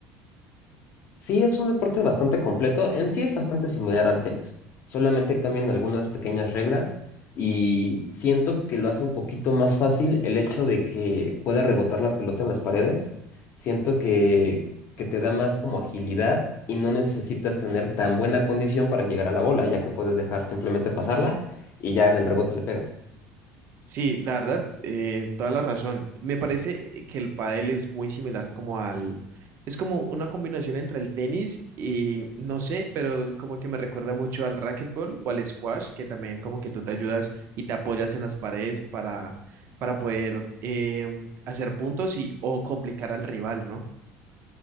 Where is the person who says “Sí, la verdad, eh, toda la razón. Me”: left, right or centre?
Right